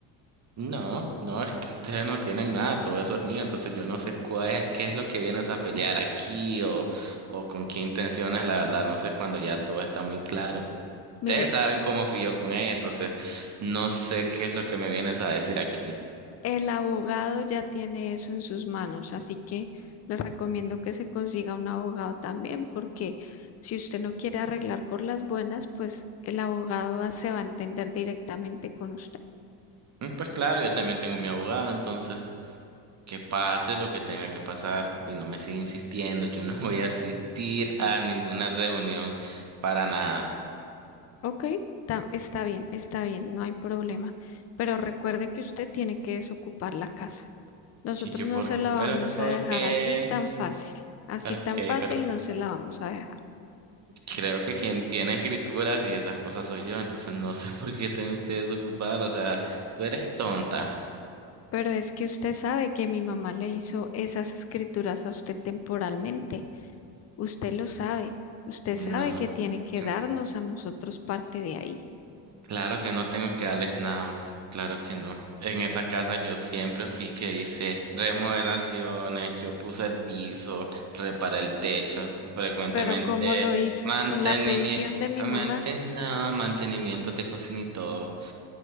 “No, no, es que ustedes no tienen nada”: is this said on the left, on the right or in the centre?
Right